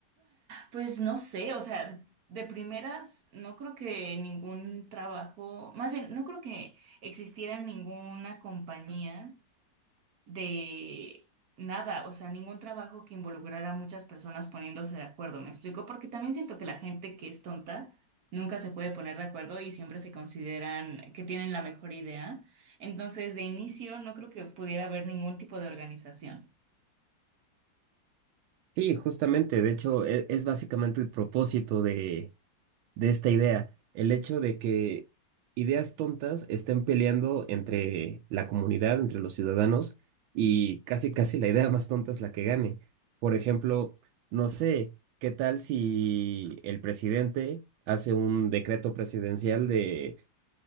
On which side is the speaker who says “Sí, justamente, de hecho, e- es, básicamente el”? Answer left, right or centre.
Right